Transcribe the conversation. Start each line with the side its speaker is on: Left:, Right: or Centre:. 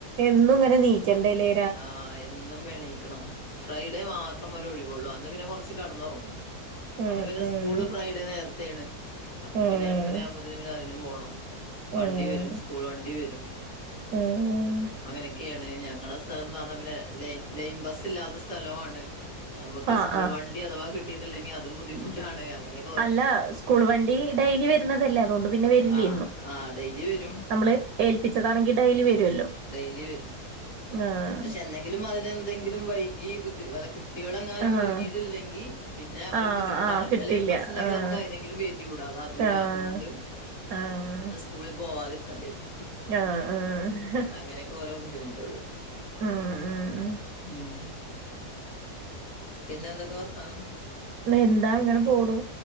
Right: എന്നും ഇങ്ങനെ നീക്കേണ്ട ലേ.
Left: ആഹ് എന്നും എണീക്കണം ഫ്രൈഡേ മാത്രം ഒരൊഴിവുള്ളൂ അന്ന് പിന്നെ കൊറച്ച് കെട്ന്നൊർങ്ങും.
Right: ഉം
Left: അപ്പൊ പിന്നെ
Right: ഉം
Left: സ്കൂള് ഫ്രൈഡേ നേരത്തേണ്. അപ്പൊ
Right: ഉം
Left: പിന്നെ എട്ടര ആവുമ്പോത്തിന് പിന്നെ അയിനും പോണം
Right: ഉം
Left: വണ്ടി വരും സ്കൂൾ വണ്ടി വരും.
Right: ഉം ഹ്.
Left: അങ്ങനെക്കെയാണ് ഞങ്ങളെ സ്ഥലന്ന് പറഞ്ഞാ പിന്നെ ലൈൻ ലൈൻ ബസില്ലാത്ത സ്ഥലവും ആണ്. ഞമ്മക്ക്
Right: ആഹ്
Left: സ്കൂൾ
Right: ആഹ്
Left: വണ്ടി അഥവാ കിട്ടിട്ടില്ലെങ്കി അതും ബുദ്ധിമുട്ടാണ് അങ്ങനെ.
Right: അല്ല സ്കൂൾ വണ്ടി ഡെയ്ലി വരുന്നതല്ലേ അതോണ്ട് പിന്നെ വരില്ല്യേ
Left: ആഹ്
Right: എന്നും
Left: ആഹ് ഡെയ്ലി വരും
Right: നമ്മള്. ഏൽപ്പിച്ചതാണെങ്കി ഡെയ്ലി വരൊല്ലൊ.
Left: ഡെയ്ലി വരും.
Right: മ്ന ആഹ്.
Left: എന്തെങ്കിലും അതിനെന്തെങ്കിലും വൈകി ബുദ്ധി അല്ല കു കുട്ട്യാളെങ്ങാനും
Right: ആഹ്
Left: ഒരുങ്ങിയിട്ടില്ലെങ്കി പിന്നെ
Right: ആഹ്
Left: ഒരു ബുദ്ധിമുട്ടാണ്
Right: ആഹ്
Left: പിന്നെ
Right: കിട്ടില്ല
Left: ലൈൻ ബസ്ണ്ടെങ്കി
Right: ആഹ്
Left: നമുക്ക് അയ്നെങ്കിലും കേ റ്റിവിട ഇത് അതുല്ലാത്തതോണ്ട്.
Right: ആഹ് ആഹ്.
Left: സ്കൂളിൽ പോവാതിരിക്കണ്ട്യരും
Right: ആഹ് ആഹ്
Left: അങ്ങനൊക്കെ ഓരോ ബുദ്ധിമുട്ടൊള്.
Right: ഉം ഉം ഉം
Left: ഉം. പിന്നെ എന്തൊക്കെ വർത്താനം?
Right: എന്താ ഇങ്ങനെ പോണു